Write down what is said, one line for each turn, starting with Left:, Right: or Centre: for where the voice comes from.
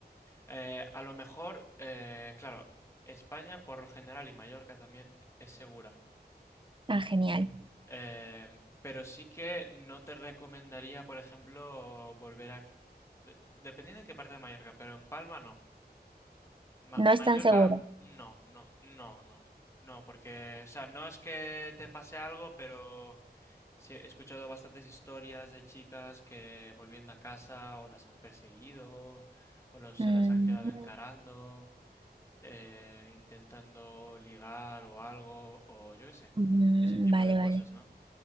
Left: Eh, a lo mejor, eh, claro, España por lo general y Mallorca también es segura.
Right: Ah, genial.
Left: Eh, pero sí que no te recomendaría, por ejemplo, volver a... de- dependiendo en qué parte de Mallorca, pero en Palma no. Ma-
Right: No
Left: Mallorca
Right: es tan seguro.
Left: no, no, no, no. No, porque, o sea, no es que te pase algo, pero... Sí, he escuchado bastantes historias de chicas que volviendo a casa o las han perseguido o los,
Right: Mm,
Left: se las han quedado encarando, eh, intentando ligar o algo, o yo qué sé,
Right: mm,
Left: ese tipo
Right: vale,
Left: de cosas,
Right: vale.
Left: ¿no?